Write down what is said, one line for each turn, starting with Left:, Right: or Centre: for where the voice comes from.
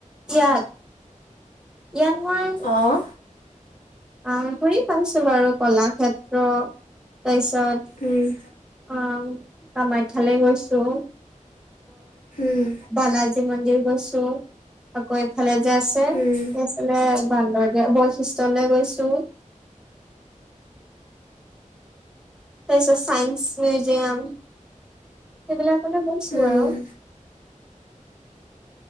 Centre: ইয়াত ইয়াত মই
Left: অঁ
Centre: অ' ঘুৰি পাইছো বাৰু ক'লাক্ষেত্ৰ তেজ ত
Left: উম
Centre: অ <unintelligible> কামাখ্যালে গৈছো
Left: উম
Centre: বালাজি মন্দিৰ গৈছো চ' আকৌ এফালে যেছে
Left: উম
Centre: এইফালে বান্দৰদোৱা বৈশিষ্টলৈ গৈছ জু তাৰপিছত ছাইন্স মিউজিয়াম সেইবিলাকলৈ গৈছোঁ
Left: উম
Centre: আৰু।